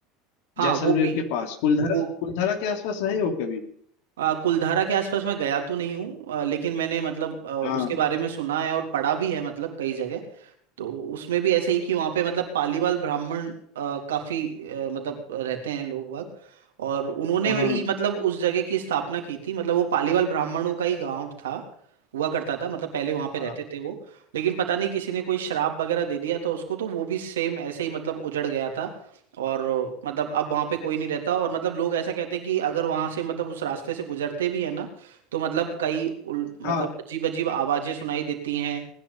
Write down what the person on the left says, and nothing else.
जैसलमेर
के पास कुलधरा
कुलधरा के आसपास रहे हो कभी
हाँ
हाँ हाँ
हाँ
हाँ,